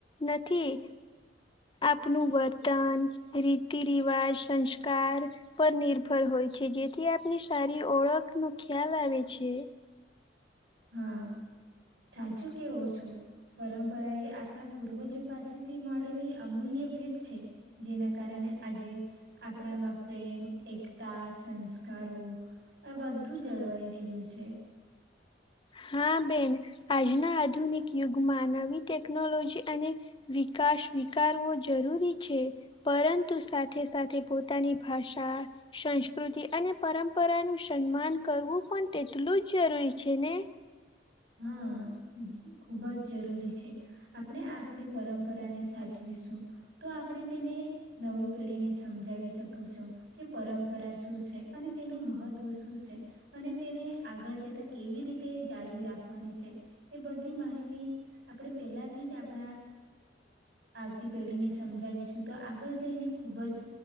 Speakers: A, on the left (about 25°); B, on the right (about 70°).
A: નથી આપનું વર્તન રીતિ રિવાજ સંસ્કાર પર નિર્ભર હોય છે જેથી આપની સારી ઓળખ ન ખ્યાલ આવે છે.
B: હા, સાચું કેવો છો પરંપરા એ આપણા પૂર્વજો પાસેથી મળેલી અમૂલ્ય ભેટ છે, જેના કારણે આજે આપણામાં પ્રેમ, એકતા, સંસ્કારો, આ બધું જળવાઈ રહેલું છે.
A: હા, બેન આજના આધુનિક યુગમાં નવી ટેકનોલોજી અને વિકાસ સ્વીકારવો જરૂરી છે પરંતુ સાથે સાથે પોતાની ભાષા સંસ્કૃતિ અને પરંપરાનું સન્માન કરવું પણ તેટલું જ જરૂરી છેને?
B: હાં, ખુબ જ જરૂરી છે, આપણે આપણી પરંપરાને સાચ ચવીશું તો આપણે તેને નવી પેઢીને સમજાવી શકું છું, કે પરંપરા શું છે અને તેનું મહત્ત્વ શું છે અને તેને આગળ જતાં કેવી રીતે જાળવી રાખ ખની છે, એ બધી માહિતી આપણે પેલાથી જ આપણા આવતી પેઢીને સમજાવીશું, તો આગળ જઈને ખૂબ જ